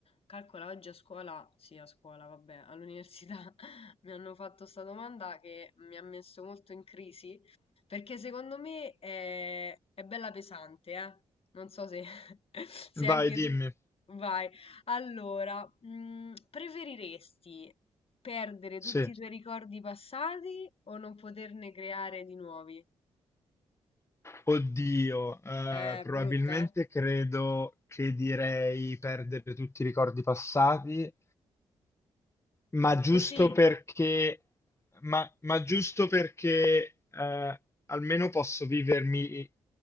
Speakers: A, on the left; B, on the left.
A: Calcola, oggi a scuola, sì, a scuola, vabbè, all'università <laughs> mi hanno fatto sta domanda che mi ha messo molto in crisi, perché secondo me è, è bella pesante, eh? Non so se, <laughs> se
B: Vai,
A: anche
B: dimmi.
A: tu... Vai. Allora, mm, preferiresti perdere
B: Sì.
A: tutti i tuoi ricordi passati o non poterne creare di nuovi?
B: Oddio, eh,
A: Eh,
B: probabilmente
A: brutta, eh?
B: credo che direi perdere tutti i ricordi passati Ma giusto
A: Così,
B: perché, ma, ma giusto perché eh, almeno posso vivermi